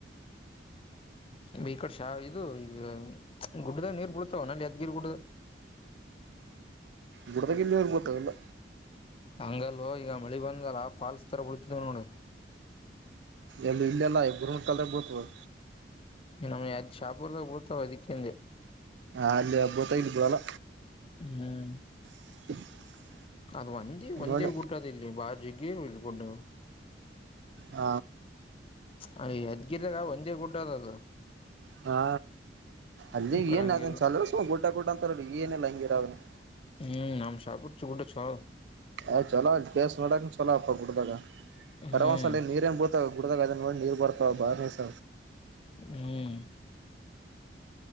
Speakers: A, on the left (about 30°); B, on the right (about 80°).
A: ಮ ಈ ಕಡೆ ಶಾ ಇದು ಈ ಗುಡ್ಡದಾಗ ನೀರ್ ಬಿಡತಾವ ನಲ್ಲಿ ಯಾದಗಿರಿ ಗುಡ್ಡದ
B: ಗುಡ್ಡದಾಗ ಯಲ್ಲಿ ನೀರು ಬಿಳತವ ಗೊತ್ತಿಲ್ಲ
A: ಹಂಗಲ್ಲ ಈಗ ಮಳಿ ಬಂದಲ್ಲ ಫಾಲ್ಸ್ ಥರ ಬೀಳತಿದ್ದವು ನೋಡು
B: ಎಲ್ಲಿ ಇಲ್ಲೆಲ್ಲ ಗುರುಮಠಕಲ್ ದಾಗ ಬಿಳತವ್
A: ನಮ್ ಯದ್ ಶಾಪುರ್ದಾಗ ಬಿಳತವ ಅದ್ಕೆ ಅಂದೆ
B: ಹಾ ಅಲ್ಲಿ ಹಬ್ಬ ಇಲ್ಲಿ ಬಿಳಲ್
A: ಹ್ಮ್
B: <inaudible>
A: ಅದು ಒಂದೇ ಒಂದೇ
B: ನೋಡ
A: ಗುಡ್ಡ ಆದ ಇಲ್ಲಿ ಬಾರಿ ಜಗ್ಗಿ ಅದಾವ ಗುಡ್ಡಗಳು
B: ಹ
A: ಆ ಯಾದಗಿರಿಯಾಗ ಒಂದೇ ಗುಡ್ಡ ಅದದು
B: ಹಾ ಅಲ್ಲಿ
A: ಈ ಕಡೆ
B: ಏನ್
A: ಹಂಗಿಲ್ಲ
B: ಅನ್ ಚಲ ಸ ಊಟ ಗೂಟ ಅಂತೀ ಏನ ಲ ಹಂಗರ ಅವನು
A: ಹ್ಮ್ ನಮ್ಮ ಶಹಾಪುರ ಗುಡ್ಡ ಚೊಲೋ ಆದ
B: ಆ ಚಲೋ ಕೇಸ್ ಮಾಡೋಕ ಚಲೋ ಅಪ್ಪ ಕೊಡದಾಗ ಕರವಸಾಲೆ
A: ಹ್ಮ್
B: ನೀರ ಎಂಬತ್ತು ಗುಡ್ಡದಾಗ ಅದ ನೋಡಿ ನೀರ್ ಬರ್ತಾವ ಬಾರ್ಸ
A: ಹ್ಮ್